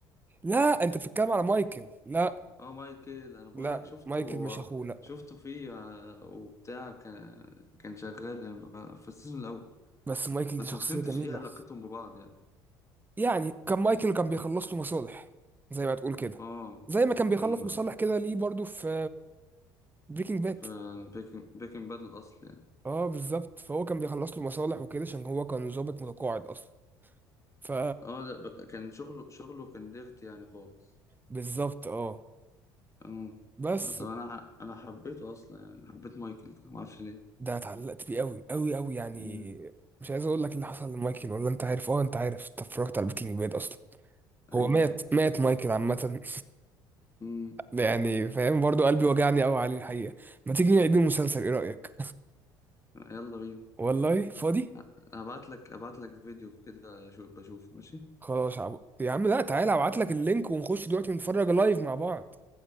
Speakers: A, on the right; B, on the left.
A: لا انت بتتكلم على مايكل لا
B: اه مايكل انا بقول
A: لا
B: لك شفته
A: مايكل مش اخوه لا
B: شفته فيه آه، وبتاع كان كان شغال في السيزون الاول
A: بس مايكل
B: بس
A: دي شخصية
B: ما فهمتش
A: جميلة
B: ايه علاقتهم ببعض يعني
A: يعني كان مايكل كان بيخلص له مصالح زي ما تقول كده
B: اه
A: زي ما كان بيخلص
B: ايوه
A: مصالح كده ليه برضو في بريكنج
B: في
A: باد
B: بيكن بيكن باد الاصل يعني
A: اه بالظبط فهو كان بيخلص له مصالح وكده عشان هو كان ضابط متقاعد اصلا ف
B: اه ده ب- كان شغله شغله كان ديرتي يعني خالص
A: بالظبط اه
B: اه
A: بس
B: آه، طب انا ح- انا حبيته اصلا يعني حبيت مايكل ده ما اعرفش ليه
A: ده اتعلقت بيه قوي قوي قوي يعني
B: امم
A: مش عايز اقول لك اللي حصل لمايكل ولا انت عارف اه انت عارف انت اتفرجت على بريكنج باد اصلا
B: ايوه
A: هو مات
B: ايوه
A: مات مايكل عامة
B: امم
A: ده يعني فاهم برضو قلبي وجعني قوي عليه الحقيقة ما تيجي نعيد المسلسل ايه رأيك
B: يلا بينا
A: <laughs> والله فاضي
B: ه- هبعت لك هبعت لك فيديو كده شو بشوفه ماشي
A: خلاص يا عبد يا عم لا تعالى ابعت لك اللينك ونخش دلوقتي نتفرج لايف مع بعض